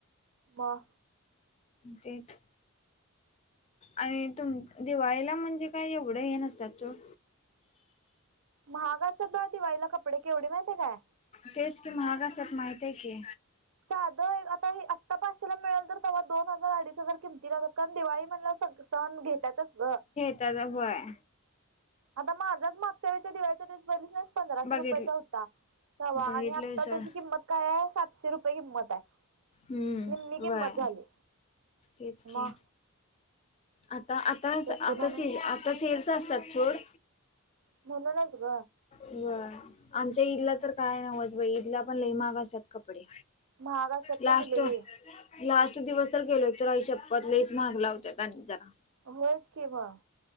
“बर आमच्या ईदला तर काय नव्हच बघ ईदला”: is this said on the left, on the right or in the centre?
Left